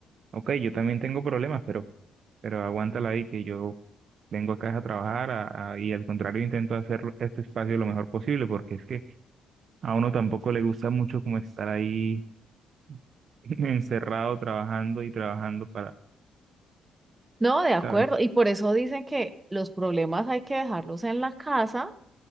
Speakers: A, on the right (about 55°); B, on the right (about 20°).
A: ok, yo también tengo problemas, pero, pero aguántala ahí que yo vengo acá es a trabajar a- a- y al contrario intento hacer este espacio lo mejor posible porque es que a uno tampoco le gusta mucho como estar ahí <laughs> encerrado trabajando y trabajando para,
B: No, de acuerdo.
A: ¿sabes?
B: Y por eso dicen que los problemas hay que dejarlos en la casa